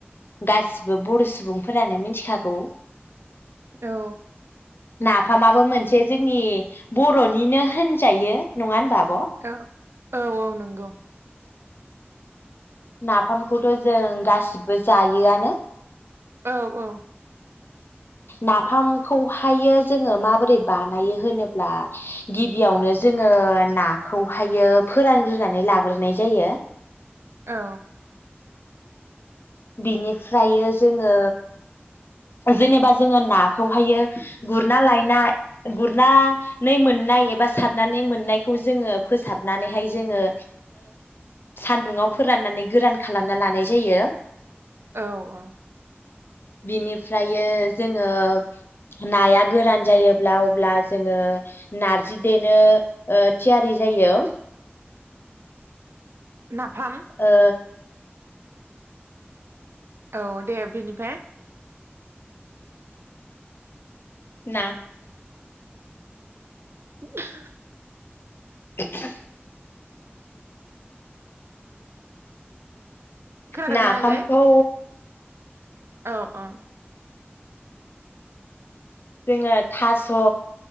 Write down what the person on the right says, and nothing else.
औ
औ औ औ नंगौ
औ औ
औ
औ औ
नाफाम
औ दे बेनिफाय
<unintelligible>
खोनादोंना
आगै औ औ